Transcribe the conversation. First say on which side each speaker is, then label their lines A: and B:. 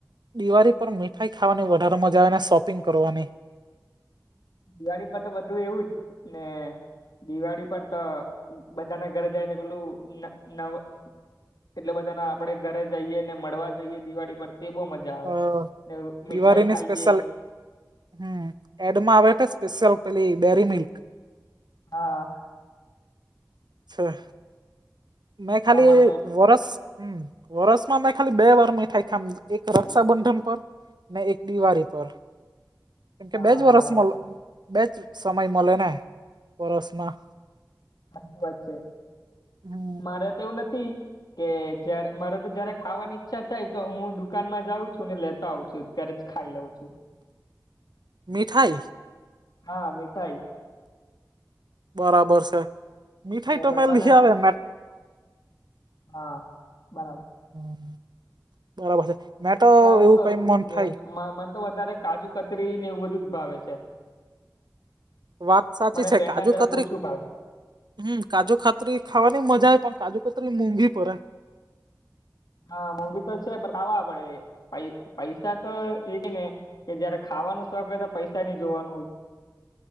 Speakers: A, on the right; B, on the left.
A: દિવાળી પર મીઠાઈ ખાવાની વધારે મજા આવે ને, શોપિંગ કરવાની.
B: દિવાળી પર તો બધું એવું જ ને દિવાળી પર તો બધાના ઘરે જાયને પેલું ન નવ એટલે બધા ના આપડે ઘરે જઈએ ને મળવા જઈએ દિવાળી પર તે બહુ મજ જા આવે
A: અ
B: ને ઉ
A: દિવાળીની
B: મીઠાઈ ખાઈએ.
A: સ્પેશિયલ હમ એડમાં આવે તે સ્પેશિયલ પેલી ડેરી મિલ્ક.
B: હા
A: છે. મેં ખાલી
B: અમાર સાહેબ
A: વર્ષ હમ વર્ષમાં મેં ખાલી બે વાર મીઠાઈ ખામ એક રક્ષાબંધન પ અને એક દિવાળી પર કેમકે
B: હા
A: બેજ વરસમાં
B: બરાબર
A: બેજ સમય મળે ને વર્ષમાં
B: સાચી વાત છે
A: હમ
B: મારે તો એવું નથી. કે જય મારે તો જયારે ખાવાની ઈચ્છા થાય તો હું દુકાનમાં જાઉં છું ને લેતો આવં છું. ત્યારે જ ખાઈ લઉં છું
A: મીઠાઈ
B: હા મીઠાઈ
A: બરાબર છે. મીઠાઈ
B: એ
A: તો
B: બધાને
A: મેં લઈ આવે મે
B: હા બરાબર
A: હમ બરાબર છે મેં તો
B: હું
A: એવું
B: કરું
A: કઈ મન થાય
B: જે મ મને તો વધારે કાજુ કતરી ને એવું બધું જ ભાવે છે.
A: વાત સાચી
B: મને
A: છે
B: પેંડા
A: કાજુ
B: જરાક
A: કતરી
B: ઓછું ભાવે
A: હમ કાજુ ખાતરી ખાવાની મજા પણ કાજૂ કાતરી મોંઘી પડે
B: હા મોંઘી તો છે પણ ખાવા પડે પ પૈસા તો એ કે ને કે જયારે ખાવાનું શોખ હોય તો પૈસા નય જોવાનું